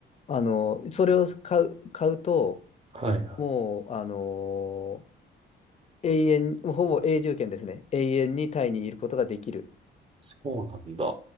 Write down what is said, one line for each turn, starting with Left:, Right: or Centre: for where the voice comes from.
Left: あのーそれを買う、買うと、
Right: ど。はい。
Left: もう、あのー永遠、ほぼ永住権ですね。永遠にタイにいることができる。
Right: そうなんだ。